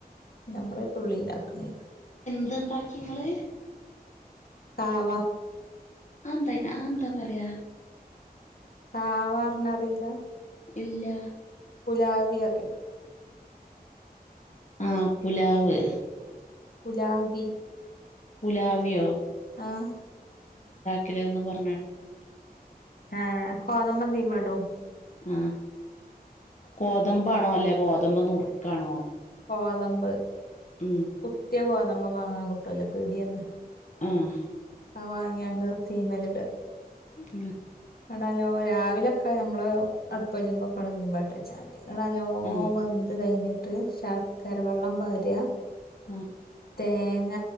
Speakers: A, on the left (about 70°); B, on the left (about 50°).
A: നമ്മളെ പുള്ളി ഉണ്ടാക്കണരിക്ക
B: ഇത്ണ്ടാക്കിങ്ങള്
A: കാവ
B: ആന്തായ്ന് ആന്താ പറയാ
A: കാവർ ഞ്ഞാറില്ല
B: ഇല്ല
A: കുലാവി അറിയോ
B: ആഹ് പുലാവ്
A: കുലാവി
B: പുലാവി യോ
A: ആഹ
B: കേലേന്ന് പറഞ്ഞാല്
A: ആഹ കോതമ്പം തീ മെടും
B: ആഹ ഗതമ്പാണോ അല്ലെ ഗോതമ്പ് നുറുക്കാണോ
A: കോതമ്പ്
B: ഉം
A: കുത്തിയ കോതമ്പം വാങ്ങാൻ കിട്ടുവല്ലോ പി ടെന്ന്
B: ആഹ
A: അ വാങ്ങിയണ്ട് തീമയിലിട്ട്
B: <unintelligible>
A: എണാല്ലേ രാവിലൊക്കെഞമ്മള് അടുപ്പ വഴരുമ്പോൊക്കെ ഉ ദീ്പോട്ട വച്ചാ ഇ ലോം
B: ആഹ്
A: വെന്ത് കഴിഞ്ഞിട്ട് ശർക്കര വെള്ളം പരിയാ
B: ആഹ്
A: തേങ്ങ